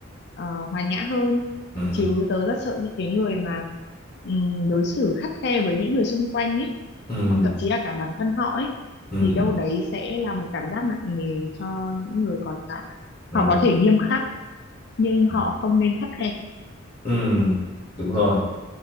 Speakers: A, on the left; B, on the left.
A: ờ, hòa nhã hơn
B: Ừm,
A: chứ tớ rất sợ những cái người mà ừm, đối xử khắt khe với những người xung quanh ấy
B: ừm,
A: hoặc thậm chí là cả bản thân họ ấy
B: ừm,
A: thì
B: ừm,
A: đâu đấy sẽ là một cảm giác nặng nề cho những người còn lại
B: ừm,
A: họ có thể nghiêm khắc nhưng họ
B: ừm,
A: không nên khắt khe
B: ừm. Đúng rồi.